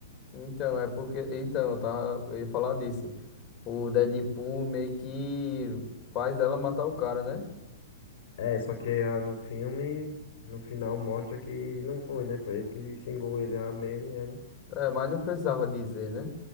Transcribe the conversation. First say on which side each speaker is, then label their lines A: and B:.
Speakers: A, on the left; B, on the left.
A: então, é porque. Então, eu tava. Eu ia falar disso. O Deadpool meio que faz ela matar o cara, né?
B: É, só que ah, no filme, no final mostra que não foi, né? Foi ele que xingou ele lá mesmo e ela
A: É, mas não precisava dizer, né?